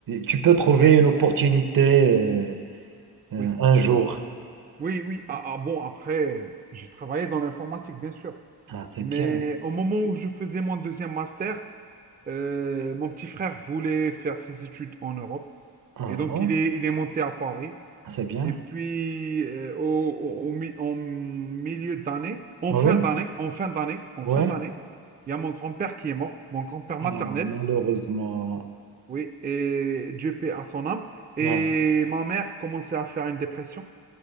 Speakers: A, on the right; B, on the right.
A: tu peux trouver une opportunité euh, euh,
B: Oui.
A: un jour.
B: Oui, oui. Ah, ah, bon, après, j'ai travaillé dans l'informatique, bien sûr.
A: Ah, c'est
B: Mais
A: bien.
B: au moment où je faisais mon deuxième master, euh, mon petit frère voulait faire ses études en Europe.
A: Ah,
B: Et donc, il est, il est monté à Paris.
A: ah, c'est bien.
B: Et puis, euh, au, au- au mi- en milieu d'année, en
A: Ah
B: fin
A: oui?
B: d'année, en fin d'année, en
A: Ouais.
B: fin d'année, il y a mon grand-père qui est mort, mon grand-père maternel.
A: Ah, malheureusement.
B: Oui, et Dieu paie à son âme. Et
A: Ah,
B: ma mère commençait à faire une dépression.